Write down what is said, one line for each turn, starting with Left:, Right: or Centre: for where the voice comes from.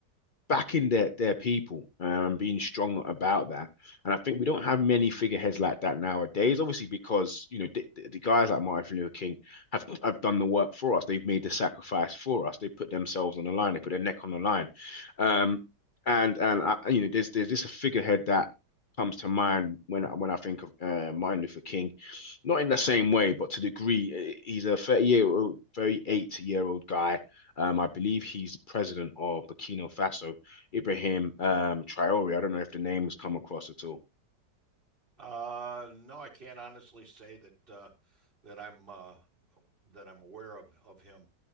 Left: backing their their people um, and um, being strong about that. And I think we don't have many figureheads like that nowadays. Obviously, because you know the, the guys like Martin Luther King have have done the work for us. They've made the sacrifice for us. They put themselves on the line. They put their neck on the line. Um, and and I, you know, there's there's this figurehead that comes to mind when when I think of uh, Martin Luther King, not in the same way, but to the degree. uh, He's a 30 year old, 38 year old guy. Um, I believe he's president of Burkina Faso Ibrahim um, Traore. I don't know if the name has come across at all.
Right: Uh, no, I can't honestly say that uh, that I'm uh, that I'm aware of of him.